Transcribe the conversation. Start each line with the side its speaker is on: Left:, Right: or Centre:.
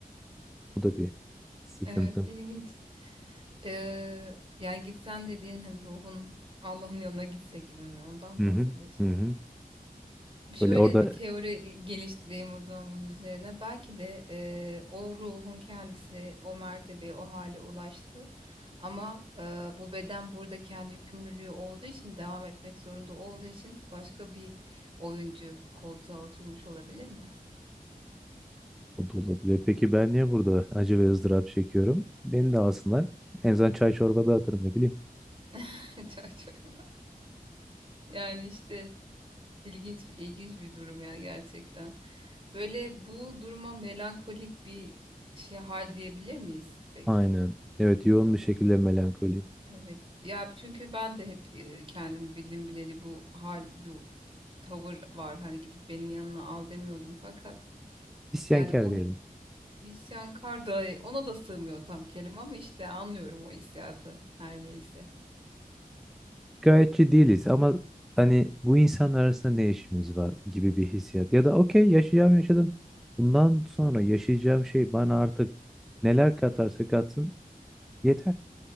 Centre: Bu da bir sıkıntım.
Right: Evet, ilginç. Ee, yani gitsen dediğin hani ruhun Allah'ın yanına gitse gibi mi? Ondan mı
Centre: Hı
Right: bahsediyorsun?
Centre: hı, hı hı.
Right: Şöyle
Centre: Böyle orada
Right: bir teori geliştireyim o zaman bunun üzerine. Belki de eee, o ruhun kendisi o mertebeye, o hale ulaştı. Ama eee, bu beden burada kendi yükümlülüğü olduğu için, devam etmek zorunda olduğu için başka bir oyuncu koltuğa oturmuş olabilir mi?
Centre: o da olabilir. Peki ben niye burada acı ve ızdırap çekiyorum? Beni de alsınlar. En azından çay çorba dağıtırım ne bileyim.
Right: <laughs> Çay çorba. Yani işte ilginç ilginç bir durum yani gerçekten. Böyle bu duruma melankolik bir şey hal diyebilir miyiz peki?
Centre: Aynen. Evet yoğun bir şekilde melankoliyim.
Right: Evet. Ya çünkü ben de hep e, kendimi bildim bileli bu hal, bu tavır var. Hani gidip benim yanına al demiyordum fakat
Centre: İsyankar
Right: yani o
Centre: diyelim.
Right: isyankar da ona da sığmıyor tam kelime ama işte anlıyorum o hissiyatı her neyse.
Centre: Gayetçi değiliz ama hani bu insanlar arasında ne işimiz var gibi bir hissiyat. Ya da okey yaşayacağım yaşadım. Bundan sonra yaşayacağım şey bana artık neler katarsa katsın yeter.